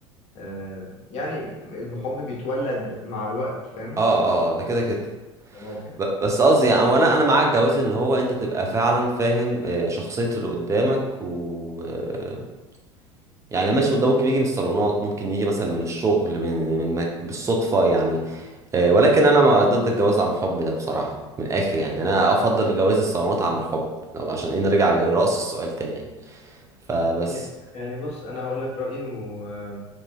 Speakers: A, on the left; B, on the right.
A: آه، يعني المحب بيتولد مع الوقت فاهم
B: اه اه ده كده كده
A: غلط يعني
B: ب- بس قصدي يعني وانا انا معاك جواز ان هو انت تبقى فعلا فاهم آه، شخصية اللي قدامك و آه، يعني ماشي ده ممكن يجي من الصالونات ممكن يجي مثلا من الشغل من من مك... بالصدفة يعني آه، ولكن انا ما ضد الجواز عن حب ده بصراحة من الاخر يعني يعني انا افضل جواز الصالونات عن الحب لو عشان ايه نرجع لرأس السؤال تاني يعني. فبس
A: يعني يعني بص انا هقول لك رايي و آه،